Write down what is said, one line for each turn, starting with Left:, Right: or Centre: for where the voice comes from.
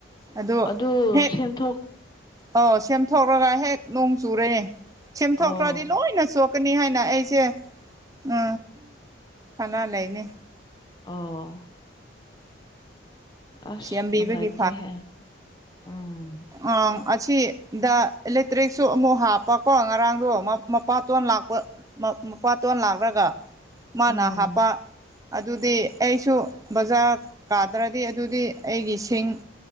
Right: ꯑꯗꯣ
Left: ꯑꯗꯨ
Right: ꯍꯦꯛ
Left: ꯁꯦꯝꯊꯣꯛ
Right: ꯑꯥꯎ ꯁꯦꯝꯊꯣꯛꯂꯒ ꯍꯦꯛ ꯅꯣꯡ ꯆꯨꯔꯦꯅꯦ ꯁꯦꯝꯊꯣꯛꯇ꯭ꯔꯗꯤ
Left: ꯑꯣ
Right: ꯂꯣꯏꯅꯁꯨ ꯊꯣꯛꯀꯅꯤ ꯍꯥꯏꯅ ꯑꯩꯁꯦ ꯎ ꯈꯂ ꯂꯩꯅꯤ
Left: ꯑꯣ ꯑꯁ
Right: ꯁꯦꯝꯕꯤꯕꯒꯤ
Left: ꯅꯨꯡꯉꯥꯏꯇꯦꯍꯦ ꯎꯝ
Right: ꯑ ꯑꯁꯤꯗ ꯏꯂꯦꯛꯇ꯭ꯔꯤꯛꯁꯨ ꯑꯃꯨꯛ ꯍꯥꯞꯄꯀꯣ ꯉꯔꯥꯡꯗꯣ ꯃꯄꯥꯇꯣꯟ ꯂꯥꯛꯄ ꯃꯄꯥꯇꯣꯟ ꯂꯥꯛꯔꯒ ꯃꯥꯅ
Left: ꯎꯝ
Right: ꯍꯥꯞꯄ ꯑꯗꯨꯗꯤ ꯑꯩꯁꯨ ꯕꯖꯥꯔ ꯀꯥꯗ꯭ꯔꯗꯤ ꯑꯗꯨꯗꯤ ꯑꯩꯒꯤ ꯁꯤꯡ